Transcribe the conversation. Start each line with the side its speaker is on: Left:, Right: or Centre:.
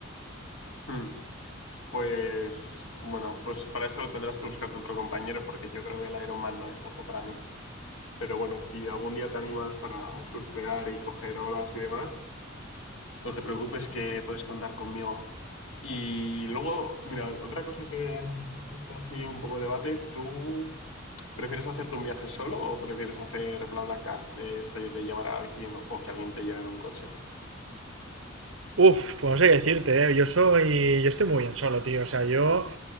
Left: Mm, Pues bueno, pues para eso tendrás que buscarte otro compañero porque yo creo que el Ironman no es algo para mí. Pero bueno, si algún día te animas para surfear y coger olas y demás, no te preocupes que puedes contar conmigo. Y luego, mira, otra cosa que está así un poco debate, ¿tú prefieres hacerte un viaje solo o prefieres hacer BlaBlaCar de esto y de llevar a alguien o que alguien te lleve en un coche?
Right: Uf, pues no sé qué decirte, ¿eh? Yo soy, yo estoy muy bien solo, tío. O sea, yo